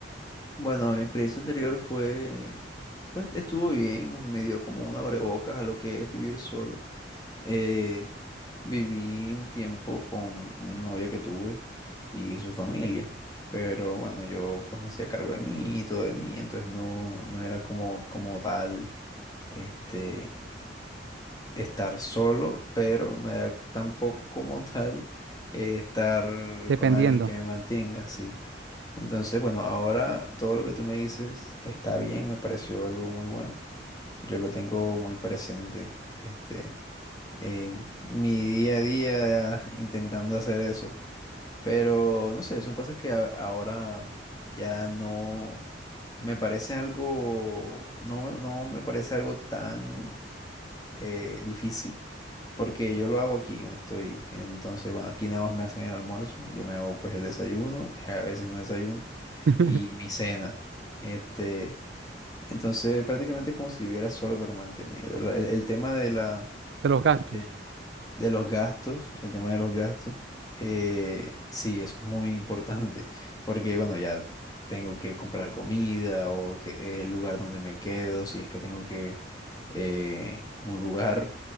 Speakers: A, on the left (about 20°); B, on the right (about 70°).
A: Bueno, mi experiencia anterior fue, pues estuvo bien, me dio como un abrebocas a lo que es vivir solo. Eh, viví un tiempo con una novia que tuve y su familia, pero bueno, yo pues me hacía cargo de mí y todo de mí, entonces no, no era como, como tal, este, estar solo, pero no era tampoco como <laughs> tal eh, estar
B: Dependiendo
A: con alguien que me mantenga, sí. Entonces, bueno, ahora todo lo que tú me dices está bien, me pareció algo muy bueno. Yo lo tengo muy presente, este, en mi día a día <laughs> intentando hacer eso. Pero, no sé, son cosas que a- ahora ya no me parece algo, no, me- no me parece algo tan eh, difícil porque yo lo hago aquí donde estoy. Entonces, bueno, aquí nada más me hacen el almuerzo. Yo me hago pues el desayuno, que a veces no desayuno,
B: <laughs> de
A: y mi cena. Este, entonces prácticamente es como si viviera solo pero mantenido. La- El, el tema de la,
B: los gastos.
A: de de los gastos, el tema de los gastos, eh, sí, es muy importante, porque bueno, ya tengo que comprar comida o que, eh, el lugar donde me quedo, si es que tengo que eh, un lugar,